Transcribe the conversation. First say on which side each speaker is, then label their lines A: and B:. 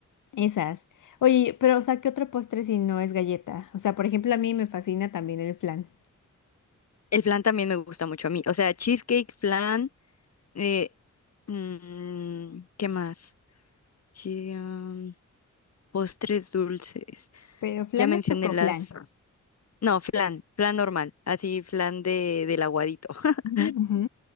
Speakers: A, on the left (about 80°); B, on the left (about 55°).
A: Esas. Oye, pero o sea, ¿qué otro postre si no es galleta? O sea, por ejemplo, a mí me fascina también el flan,
B: El flan también me gusta mucho a mí. O sea, cheesecake, flan, eh, mm, ¿qué más? Chi- um, postres dulces.
A: pero flan
B: Ya mencioné
A: o chocoflan.
B: las... No, flan, flan normal, así flan de, del aguadito. <laughs>
A: Ujú, ujú.